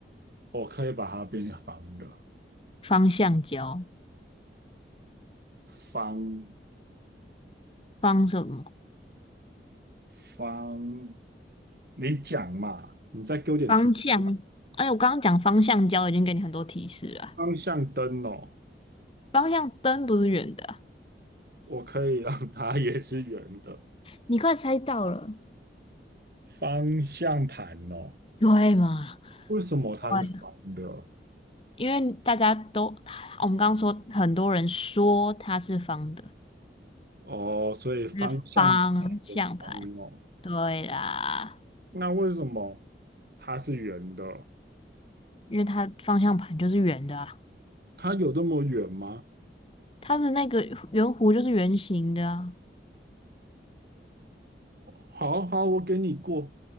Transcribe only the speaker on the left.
方橡胶。
方什么？
方向？哎，我刚刚讲方向胶已经给你很多提示了啊
方向灯不是圆的啊
你快猜到了，
对嘛？
对啊，因为大家都，我们刚刚说很多人说它是方的，
是方向盘。对啦，
因为它方向盘就是圆的啊，
它的那个圆弧就是圆形的啊。